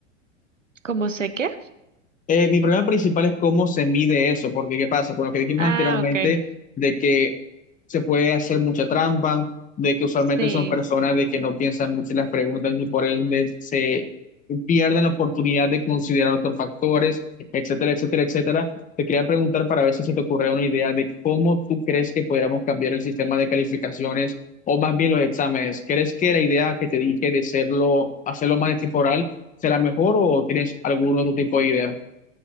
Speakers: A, on the right; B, on the left.
A: ¿Cómo sé qué?
B: Eh, mi problema principal es cómo se mide eso, porque ¿qué pasa? Con lo que dijimos
A: Ah,
B: anteriormente,
A: ok.
B: de que se puede hacer mucha trampa, de que usualmente
A: Sí.
B: son personas de que no piensan mucho en las preguntas y por ende se pierden la oportunidad de considerar otros factores, etcétera, etcétera, etcétera. Te quería preguntar para ver si se te ocurre una idea de cómo tú crees que podríamos cambiar el sistema de calificaciones o más bien los exámenes. ¿Crees que la idea que te dije de hacerlo, hacerlo más temporal será mejor o tienes algún otro tipo de idea?